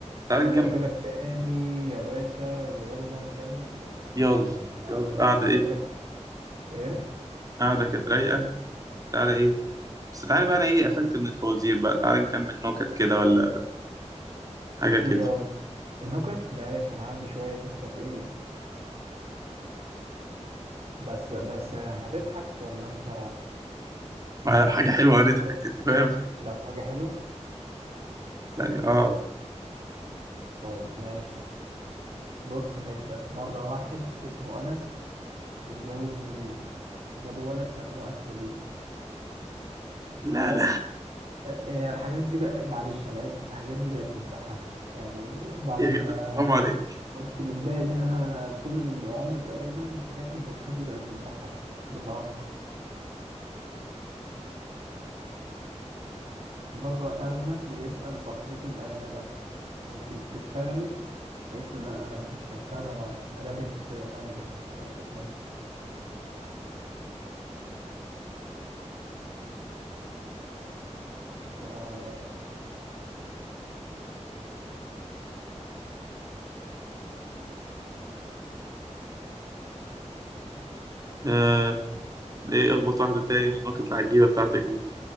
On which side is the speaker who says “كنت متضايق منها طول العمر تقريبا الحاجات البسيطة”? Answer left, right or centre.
Right